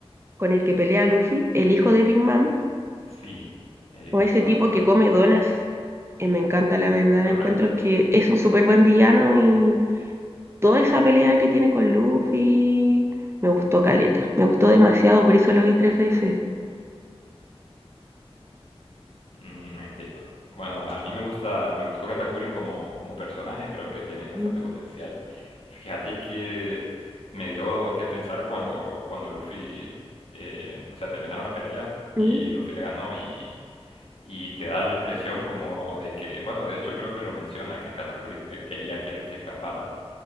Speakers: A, on the right (about 25°); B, on the left (about 65°).
A: con el que pelea Luffy, el hijo de Big Mom,
B: Sí, el hijo
A: o
B: de
A: ese
B: Big Man,
A: tipo
B: correcto.
A: que come donas. Eh, me encanta, la verdad.
B: Correcto.
A: Encuentro que es un súper buen villano y toda esa pelea que tiene con Luffy me gustó caleta. Me gustó demasiado, por eso lo vi tres veces.
B: Mm, entiendo. Bueno, a mí me gusta, me gustó Katakuri como, como personaje, creo que tiene bastante
A: Mm,
B: potencial. Fíjate que me dio que pensar cuando, cuando Luffy, eh, o sea, terminaron la pelea y
A: mm.
B: Luffy le ganó y, y te da la impresión como de que, bueno, de hecho creo que lo menciona, que Katakuri que- quería que Luffy escapara